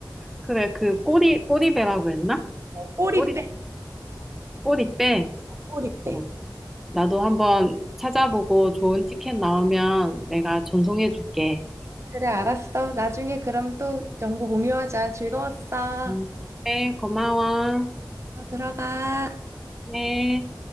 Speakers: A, in the centre; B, on the right (about 40°).
A: 그래, 그 꼬리, 꼬리배라고 했나?
B: 어, 꼬리빼,
A: 꼬리, 꼬리배?
B: 꼬리빼.
A: 어, 나도 한번 찾아보고 좋은 티켓 나오면 내가 전송해줄게.
B: 그래, 알았어. 나중에 그럼 또 정보 공유하자. 즐거웠어.
A: 음, 네, 고마워.
B: 어, 들어가.
A: 네.